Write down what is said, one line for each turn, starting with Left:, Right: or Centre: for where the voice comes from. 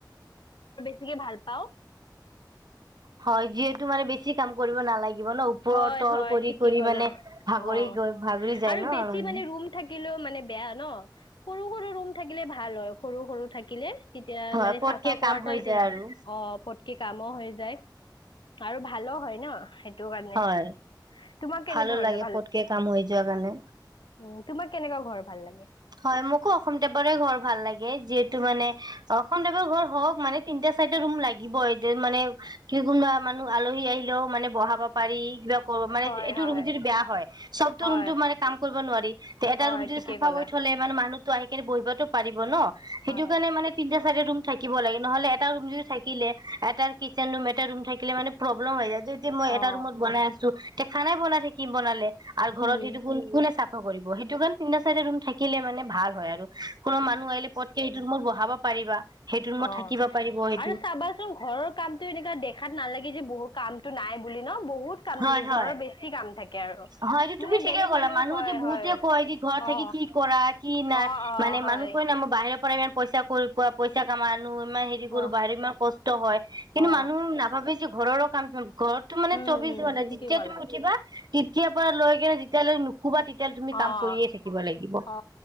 Left: কি - কি ভাল পাওঁ?
Right: হয় যিহেতু মানে বেছি কাম কৰিব নালাগিব ন। ওপৰৰ
Left: হয়
Right: তল
Left: - হয়
Right: কৰি
Left: ঠিকে
Right: কৰি
Left: ক'ল
Right: মানে ভাগৰি
Left: অহ
Right: গৈ ভাগৰি
Left: ',
Right: যায়
Left: আৰু
Right: ন
Left: বেছি মানে ৰুম থাকিলেও মানে বেয়া ন সৰু-সৰু ৰুম থাকিল থাকিলে ভাল হয়। সৰু- সৰু থাকিলে তেতিয়া
Right: হয়
Left: মানে
Right: পতকে
Left: চাফা কৰাত
Right: কাম হৈ
Left: এইটো
Right: যায়
Left: ন
Right: আৰু
Left: অহ', পটকে কামো হৈ যায় আৰু ভালো হয় ন। কাৰণে।
Right: হয়,
Left: তোমাক কেনে
Right: ভালো
Left: ধৰণৰ
Right: লাগে পতকে কাম হৈ যোৱা কাৰণে।
Left: উ তোমাক কেনেকুৱা ঘৰ ভাল লাগে?
Right: হয়, মোকো অসম টেপৰে ঘৰ ভাল লাগে, যিহেতু মানে অসম টেপৰ ঘৰ হওক মানে, তিনটা চাৰিটা ৰুম লাগিব এইটো মানে কি কোনোবা মানুহ আলহী আহিলেও মানে বহাব পাৰি মানে
Left: হয়
Right: এইটো
Left: হয়
Right: ৰুম যদি বেয়া হয় চবতটো
Left: হয়
Right: ৰুমতটো মানে কাম কৰিব নোৱাৰি তে এটা
Left: হয়
Right: ৰুম যদি
Left: ঠিকেই
Right: চাফা
Left: ক'লা
Right: কৰি মানুহটো আহিকেনে বহিবতো পাৰিব ন। সেইটো
Left: হয়
Right: কাৰণে মানে তিনিটা ৰুম থাকিব লাগে নহলে এটা ৰুম যদি থাকিলে এটা কিচেন ৰুম এটা ৰুম থাকিলে মানে প্ৰব্লেম হৈ যায়। যেতিয়া মই
Left: অ'
Right: এটা ৰুমত বনাই আছো তে খানাই বনাই থাকি বনালে। আৰু ঘৰত
Left: উম।
Right: সেইটো কোন কোনে চাফা কৰিব সেইটো কাৰণে তিনি চাৰিটা ৰুম শিকিলে মানে ভাল হয় আৰু কোনো মানুহ আহিলে পতকে সেইটো মোৰ বহাব পাৰিবা। সেইটো ৰুমত
Left: অঁ
Right: থাকিব পাৰিব সেইটো
Left: আৰু চাবাচোন ঘৰৰ কামটো এনেকুৱা দেখা দেখাত নালাগে যে বহুত কামটো নাই বুলি ন বহুত কাম
Right: হয়
Left: থাকে
Right: হয়
Left: ঘৰৰ বেছি কাম থাকে আৰু
Right: হয় এইটো
Left: মানে
Right: তুমি ঠিকে
Left: বেলেগ
Right: কলা
Left: মানুহে
Right: মানুহতি
Left: কয়
Right: বহুতে
Left: হয়
Right: কয় যে ঘৰত
Left: অ
Right: থাকি কি কৰা কি নাই
Left: অ অ
Right: মানে
Left: অ হয়
Right: মানুহ কয় ন মোৰ বাহিৰৰ ইমান পইচা কৰি পোৱা পইচা কামা মানুহ ইমান হেৰি কৰো
Left: অ
Right: বাহিৰে ইমান কষ্ট হয় কিন্তু
Left: অ
Right: মানুহ নাভাবে ঘৰৰ কামটো ঘৰতো মানে
Left: উম
Right: চৌবিশ
Left: উম
Right: ঘণ্টা
Left: ঠিকেই
Right: যেতিয়া
Left: ক'লা
Right: তুমি উঠিবা তেতিয়াৰ পৰা লৈ কেনে যেতিয়ালৈ নুশুবা তেতিয়ালৈ তুমি কাম
Left: অঁ,
Right: কৰিয়ে থাকিব লাগিব
Left: অ